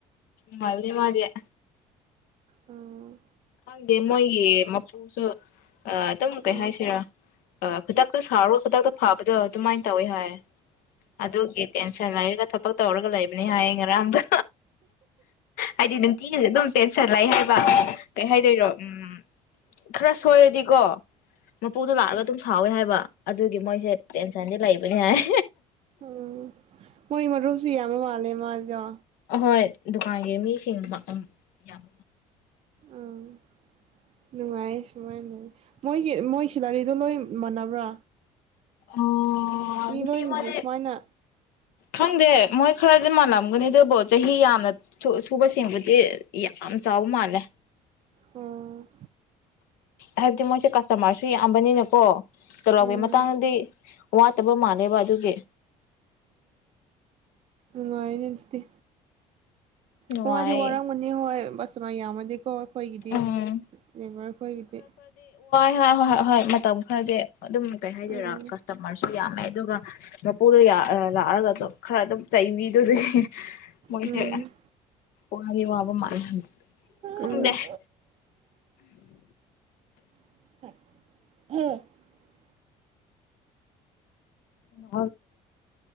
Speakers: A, on the left; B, on the right.
A: ꯃꯦ ꯃꯥꯗꯤꯦ
B: ꯎꯝ
A: ꯈꯪꯗꯦ ꯃꯣꯏꯒꯤ ꯃꯄꯨꯁꯨ ꯑꯗꯨꯝ
B: ꯃꯣꯏ
A: ꯀꯩ ꯍꯥꯏꯁꯤꯔꯥ ꯑ ꯈꯨꯗꯛꯇ ꯁꯥꯥꯎꯔꯒ ꯈꯨꯗꯛꯇ ꯐꯥꯕꯗꯣ ꯑꯗꯨꯃꯥꯏꯅ ꯇꯧꯋꯤ ꯍꯥꯏ ꯑꯗꯨꯒꯤ ꯇꯦꯟꯁꯟ ꯂꯩꯔꯒ ꯊꯕꯛ ꯇꯧꯔꯒ ꯂꯩꯕꯅꯤ ꯍꯥꯏꯌꯦ ꯉꯔꯥꯡꯗ ꯍꯥꯏꯗꯤ ꯅꯨꯡꯇꯤꯒꯤꯁꯨ ꯑꯗꯨꯝ ꯇꯦꯟꯁꯟ ꯂꯩ ꯍꯥꯏꯕ ꯀꯩ ꯍꯥꯏꯗꯣꯏꯔꯣ ꯎꯝ ꯈꯔ ꯁꯣꯏꯔꯗꯤꯀꯣ ꯃ ꯄꯣ ꯊ ꯇꯥꯔꯕ ꯇꯨ ꯁꯥꯎꯋꯦ ꯍꯥꯏ ꯋꯥ ꯑꯗꯨꯒꯤ ꯃꯣꯏꯁꯦ ꯇꯦꯟꯁꯟꯗꯤ ꯂꯩꯕ ꯑꯗꯨ ꯌꯥꯥꯏ
B: ꯑ ꯃꯣꯏ ꯃꯔꯔꯨ ꯁꯤ ꯌꯥꯃ ꯃꯥꯂꯦ ꯃꯥꯒ
A: ꯍꯣꯏ ꯗꯨꯀꯥꯟꯒꯤ ꯃꯤꯁꯤꯡ ꯎꯝ ꯌꯥꯝ
B: ꯑꯥ ꯅꯨꯡꯉꯥꯏꯌꯦ ꯁꯨꯃꯥꯏꯅ ꯂꯩ ꯃꯣꯏꯒꯤ ꯃꯣꯏ ꯁꯤꯂꯔꯤꯗꯣ ꯂꯣꯏ ꯃꯥꯟꯅꯕ꯭ꯔꯥ
A: ꯑꯣ
B: ꯃꯤꯂꯣꯏꯅꯒꯦ
A: ꯅꯨꯄꯤ ꯑꯃꯗꯤ
B: ꯁꯃꯥꯏꯅꯥ
A: ꯈꯪꯗꯦ ꯃꯣꯏ ꯈꯔꯗꯤ ꯃꯥꯜꯂꯝꯒꯅꯤ ꯑꯗꯨꯕꯨ ꯆꯍꯤ ꯌꯥꯝꯅ ꯁꯨꯕ ꯁꯦꯡꯕꯨꯗꯤ ꯌꯥꯝ ꯆꯥꯎꯕ ꯃꯥꯜꯂꯦ
B: ꯑꯣ
A: ꯍꯥꯏꯕꯗꯤ ꯃꯣꯏꯁꯦ ꯀꯁꯇꯃꯥꯔꯁꯨ ꯌꯥꯝꯕꯅꯤꯅꯀꯣ ꯇꯔꯛꯒ
B: ꯎꯝ
A: ꯃꯇ ꯃꯇꯥꯡꯗꯤ ꯋꯥꯠꯇꯕ ꯃꯥꯜꯂꯦꯕ ꯑꯗꯨꯒꯤ
B: ꯅꯨꯡꯉꯥꯏꯅ ꯑꯗꯨꯗꯤ
A: ꯅꯨꯡꯉꯥꯏ
B: ꯀꯋꯥꯗꯤ ꯋꯥꯔꯡ ꯃꯨꯅꯤ ꯍ ꯁꯃꯥꯏ ꯌꯥ ꯑꯃꯀꯣ ꯑꯩꯈꯣꯏꯒꯤꯗꯤ
A: ꯎꯝ
B: ꯂꯦꯕꯔꯈꯣꯏꯒꯤꯗꯤ
A: ꯍ ꯍꯣꯏ ꯍꯣꯏ ꯍꯣꯏ ꯃꯇꯝ ꯈꯔꯗꯤꯦ ꯑꯗꯨꯝ ꯀꯩ ꯍꯥꯏꯗꯣꯏꯔꯥ
B: ꯎꯝ
A: ꯀꯁꯇꯃꯔꯁꯨ ꯌꯥꯝꯃꯦ ꯑꯗꯨꯒ ꯃꯄꯨꯗꯣ ꯂꯥꯛꯑꯒ ꯑꯗꯨꯝ ꯈꯔ ꯑꯗꯨꯝ ꯆꯩꯕꯤꯗꯨꯗꯤ ꯃꯣꯏꯁꯦ
B: ꯎꯝ
A: ꯋꯥꯗꯤ ꯋꯥꯕ ꯃꯥꯜꯂꯦ ꯈꯪꯗꯦ
B: ꯎꯝ
A: <inaudible>
B: <unintelligible> <unintelligible>
A: <unintelligible>